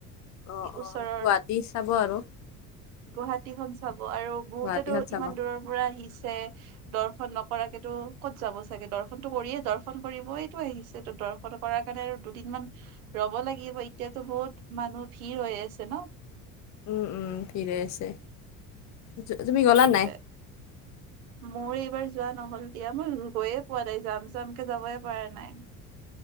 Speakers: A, on the left; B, on the right.
A: অ' অ'
B: ওচৰৰ
A: গুৱাহাটী চাব আৰু।
B: গুৱাহাটীখন চাব আৰু বহুতেতো
A: গুৱাহাটীহত চাব
B: ইমান দূৰৰ পৰা আহিছে। ছে দৰ্শন নকৰাকেতো ক'ত যাব চাগে! দৰ্শনটো কৰিয়ে, দৰ্শন কৰিবয়েতো আহিছে। ত' দৰ্শন কৰাৰ কাৰণে আৰু দুদিনমান ৰ'ব লাগিব। এতিয়াতো বহুত মানুহ ভিৰ হৈ আছে ন?
A: উম উম। ফিৰাই আছে। তু- তুমি গ'লা
B: সেইটোৱে,
A: নাই
B: মোৰ এইবাৰ যোৱা নহ'ল দিয়া। মই গৈয়ে পোৱা নাই, যাম যামকে যাবই পৰা নাই।